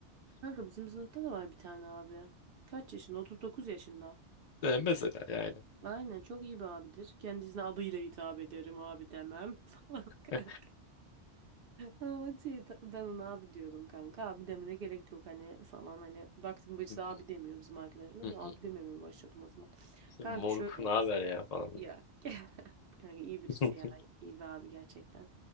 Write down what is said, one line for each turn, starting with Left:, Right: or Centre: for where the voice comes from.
Right: Kanka bizim sınıfta da var bir tane abi. Kaç yaşında? otuz dokuz yaşında.
Left: E, mesela yani.
Right: Aynen çok iyi bir abidir. Kendisine adıyla hitap ederim abi demem <laughs> falan
Left: Hı
Right: kanka. Ama şey, ta- ben ona abi diyordum kanka. Abi demene gerek yok hani falan hani. Baktım bacısı
Left: hı,
Right: abi demiyor bizim arkadaş. Ben
Left: hı hı.
Right: de abi dememeye başladım o zaman.
Left: İşte
Right: Kanka
Left: moruk
Right: şöyle.
Left: ne haber ya falan.
Right: Ya. <laughs> Kanka iyi birisi
Left: <laughs>
Right: ya. iyi bir abi gerçekten.